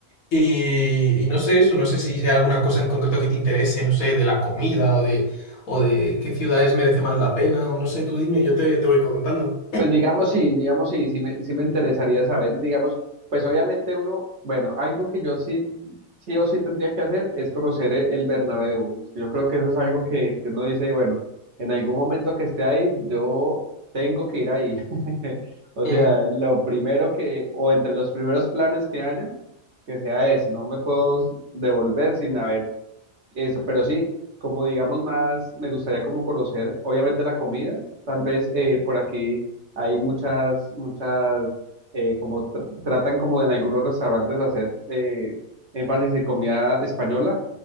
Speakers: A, on the left; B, on the right.
A: Y, y no sé eso, no sé si hay alguna cosa en concreto que te interese, no sé, de la comida o de, o de qué ciudades merece más la pena, o no sé, tú dime, yo te, te voy contando.
B: Pues digamos, sí, digamos, sí, sí me, sí me interesaría saber, digamos, pues obviamente uno, bueno, algo que yo sí sí o sí tendría que hacer es conocer e- el Bernabéu. Yo creo que eso es algo que, que uno dice, bueno, en algún momento que esté ahí, yo tengo que ir ahí. <laughs> O
A: Mm,
B: sea, lo primero que, o entre los primeros planes que haya, que sea ese. No me puedo devolver sin haber eso, pero sí, como digamos más, me gustaría como conocer, obviamente la comida, tal vez eh, por aquí hay muchas, muchas, eh, como tr- tratan como en algunos restaurantes hacer eh, énfasis en comida española,